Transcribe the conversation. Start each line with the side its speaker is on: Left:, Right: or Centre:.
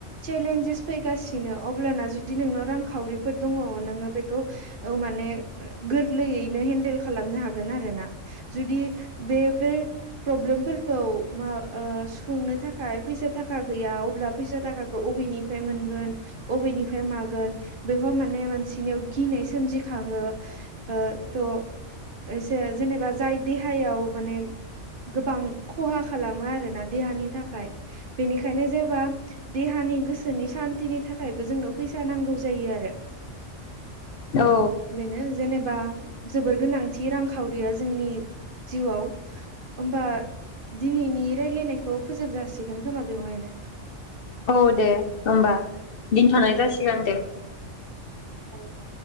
Right: चेलेन्जेस फैगासिनो अब्लाना जुदि नोंनाव रां खाव खावरिफोर दङ नोंङो बेख खौ औ माने गोरलैयैनो हेन्देल खालामनो हागोन आरो ना जुदि बे फे प्रब्लेमफोरखौ मा ओ सुंनो थाखाय फैसा थाखा गैया अब्ला फैसा थाखाखौ अबेनिफ्राय मोनगोन अबेनिफ्राय मागोन बेखौ माने मानसिनियाव गिनाय सोमजिखाङो ओ थ' एसे जेनेबा जाय देहायाव माने गोबां खहा खालामो आरोना देहानि थाखाय बेनिखायनो जेबा देहानि गोसोनि सान्थिनि थाखायबो जोंनो फैसा नांगौ जायो आरो
Left: औ
Right: बेनो जेनेब बा जोबोर गोनांथि रांखावरिया जोंनि जिउआव। ओमबा दिनैनि रायलायनायखौ फोजोब जासिगोन खोमा बेवहायनो
Left: औ दे ओनबा दिनथ'नाय जासिगोन दे
Right: औ दे